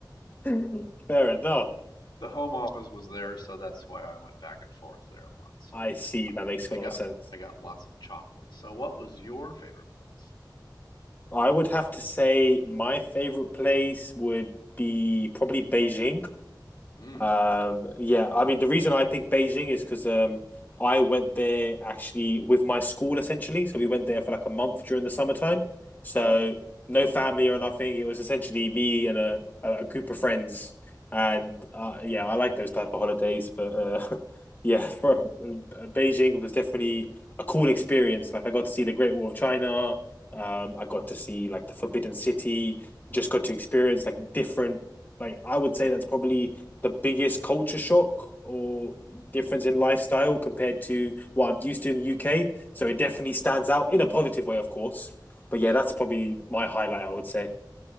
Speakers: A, on the left (about 25°); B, on the left (about 80°).
A: <laughs> Fair enough.
B: The home office was there, so that's why I went back and forth there a lot. So
A: I see. That makes
B: I
A: a lot
B: got
A: of sense.
B: I got lots of chocolate. So what was your favorite place?
A: I would have to say my favorite place would be probably Beijing.
B: Mm.
A: Um, yeah, I mean, the reason I picked Beijing is because um, I went there actually with my school essentially. So we went there for like a month during the summertime. So
B: Oh,
A: no family or nothing. It was essentially me and a, a group of friends. And uh, yeah, I like those type of holidays. But uh, <laughs> yeah, for, Beijing was definitely a cool experience. Like I got to see the Great Wall of China. Um, I got to see like the Forbidden City. Just got to experience like different. Like I would say that's probably the biggest culture shock or difference in lifestyle compared to what I'm used to in the UK. So it definitely stands out in a positive way, of course. But
B: yeah.
A: yeah, that's probably my highlight, I would say.